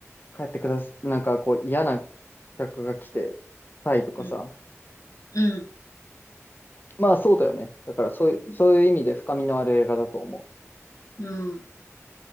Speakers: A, on the left; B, on the left.
A: 帰ってくださ、なんかこう、嫌な客が来て、たいとかさ。
B: うん。うん。
A: まあ、そうだよね。だから、そういう、
B: うん。
A: そういう意味で深みのある映画だと思
B: うん。